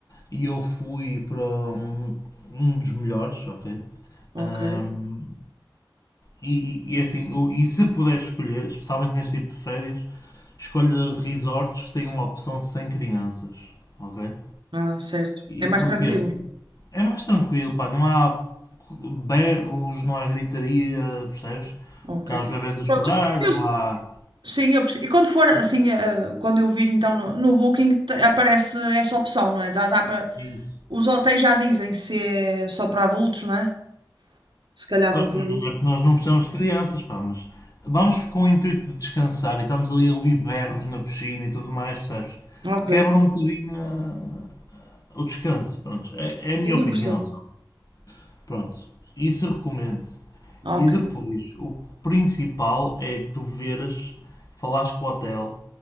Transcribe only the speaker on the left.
e eu fui para um, um dos melhores, ok?
Um, e, e, assim, o- e se puder escolher, especialmente neste tipo de férias, escolha resorts que tenham a opção sem crianças, ok?
E
porquê?
É mais tranquilo, pá, não há berros, não há gritaria, percebes?
Porque há os bebés a chorar,
não há.
Isso.
Claro,
Não
é que nós não gostamos de crianças, pá, mas vamos com o intuito de descansar e estamos ali a ouvir berros na piscina e tudo mais, percebes?
Quebra um bocadinho ah, o descanso, pronto. É, é a
minha opinião,
sabe? Pronto. Isso eu recomendo.
E depois, o principal é tu veres, falares com o hotel